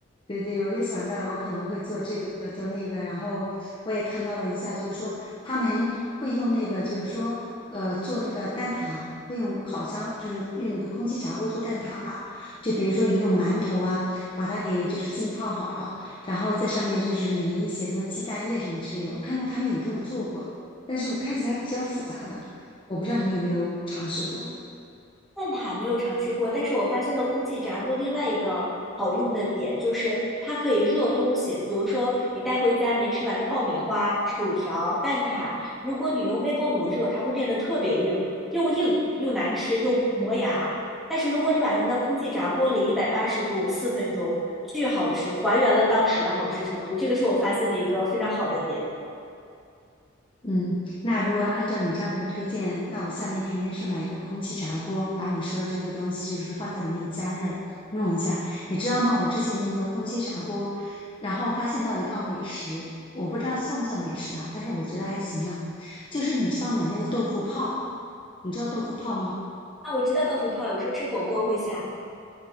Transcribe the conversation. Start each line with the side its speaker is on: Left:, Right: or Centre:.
Left: 对对，我也想到了，我可能会做这个做那个，然后我也看到了一下，就是说他们会用那个，就是说呃做那个蛋挞，会用烤箱，就是用那个空气炸锅做蛋挞吧。就比如说你用馒头啊，把它给就是浸泡好了，然后在上面就是淋一些什么鸡蛋液什么之类的。我看到他们有这么做过，但是我看起来比较复杂的，我不知道你有没有尝试过。
Centre: 蛋挞没有尝试过，但是我发现了空气炸锅另外一个好用的点，就是它可以热东西，比如说你带回家没吃完的爆米花、薯条、蛋挞，如果你用微波炉热，它会变得特别硬，又硬又难吃又磨牙。但是如果你把它扔到空气炸锅里，一百八十度四分钟，巨好吃，还原了当时的好吃程度。这个是我发现的一个非常好的点
Left: 嗯，那如果按照你这样的一个推荐，那我下面肯定是买一个空气炸锅，把你说的这个东西就是放在里面加热弄一下。你知道吗？我之前用一个空气炸锅，然后发现到一道美食，我不知道算不算美食啊，但是我觉得还行啦。就是你知道买那个豆腐泡，你知道豆腐泡吗？
Centre: 啊！我知道豆腐泡有时候吃火锅会下，